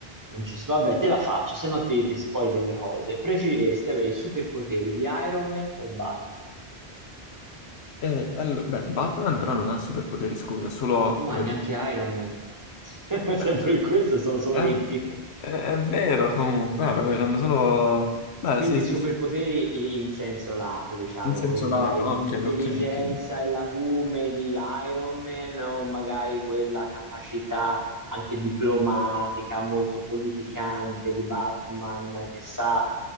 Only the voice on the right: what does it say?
non ci sono- Vabbè, te la faccio, se no ti, ti spoilerò le cose. Preferiresti avere i superpoteri di Iron Man o Batman?
Ma neanche
Iron Man. <laughs> Se
per questo sono solo
ricchi.
Quindi
superpoteri
in, in senso lato, diciamo,
quindi
magari
l'intelligenza
e l'acume di Iron Man o magari quella capacità anche diplomatica, molto politicante di Batman che sa